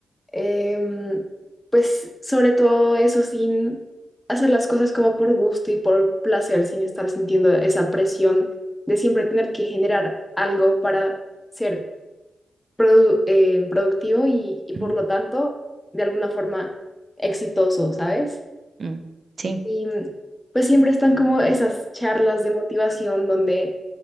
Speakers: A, on the left; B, on the right.
A: Em, pues sobre todo eso sin hacer las cosas como por gusto y por placer, sin estar sintiendo esa presión de siempre tener que generar algo para ser produ- em, productivo y, y por
B: Ujú.
A: lo tanto de alguna forma exitoso, ¿sabes?
B: Mm, Sí,
A: Y mm, pues siempre están como esas charlas de motivación donde,